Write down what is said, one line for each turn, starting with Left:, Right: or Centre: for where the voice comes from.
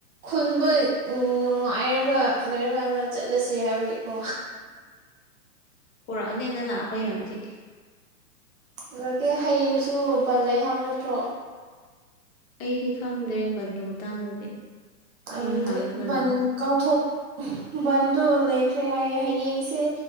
Right: ꯈꯨꯟꯕ ꯅꯨꯡꯉꯥꯏꯔꯒ ꯂꯩꯔꯀꯥꯟꯗ ꯆꯠꯂꯁꯦ ꯍꯥꯏꯕꯏꯀꯣ
Left: ꯄꯨꯔꯛꯑꯣꯅꯦ ꯅꯪ ꯂꯥꯛꯄ ꯌꯥꯔꯗꯤ
Right: ꯄꯨꯔꯥꯛꯀꯦ ꯍꯌꯦꯡꯁꯨ ꯕꯟ ꯂꯩ ꯍꯥꯏꯕ ꯅꯠꯇ꯭ꯔꯣ
Left: ꯑꯩꯗꯤ ꯈꯪꯗꯦ ꯕꯟꯒꯤ ꯃꯇꯥꯡꯗꯗꯤ
Right: ꯍꯌꯦꯡꯗꯤ
Left: ꯅꯣꯏ ꯍꯥꯡꯔꯒ
Right: ꯕꯥꯟ
Left: ꯂꯥꯛꯑꯣ
Right: ꯀꯥꯎꯊꯣꯛ ꯕꯟꯗꯣ ꯂꯩꯈ꯭ꯔꯦ ꯍꯥꯏꯌꯦ ꯍꯌꯦꯡꯁꯦ